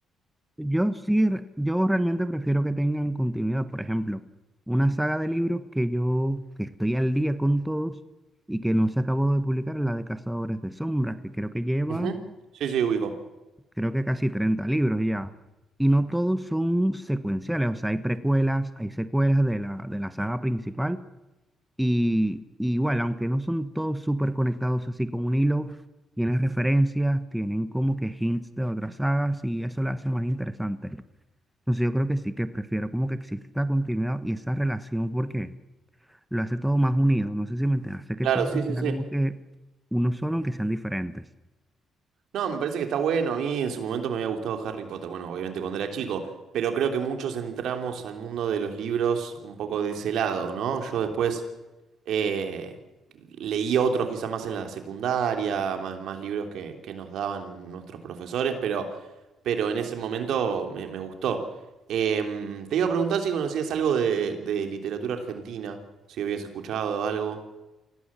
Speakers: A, in the centre; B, on the right (about 75°).
A: Yo sí, re- yo realmente prefiero que tengan continuidad. Por ejemplo, una saga de libros que yo, que estoy al día con todos y que no se acabó de publicar, la de Cazadores de Sombras, que creo que lleva,
B: Ujú. Sí, sí, ubico.
A: creo que casi 30 libros ya. Y no todos son secuenciales, o sea, hay precuelas, hay secuelas de la, de la saga principal. Y, y igual, aunque no son todos súper conectados así con un hilo, tienen referencias, tienen como que hints de otras sagas y eso la hace más interesante. Entonces yo creo que sí, que prefiero como que exista continuidad y esa relación porque lo hace todo más unido. No sé si me entiendes, hace que
B: Claro,
A: todo
B: sí, sí,
A: sea
B: sí.
A: como que uno solo, aunque sean diferentes.
B: No, me parece que está bueno. A mí en su momento me había gustado Harry Potter, bueno, obviamente cuando era chico, pero creo que muchos entramos al mundo de los libros un poco de ese lado, ¿no? Yo después Eh, leí otros quizá más en la secundaria, más, más libros que, que nos daban nuestros profesores, pero, pero en ese momento me, me gustó. Em, te iba a preguntar si conocías algo de, de literatura argentina, si habías escuchado algo.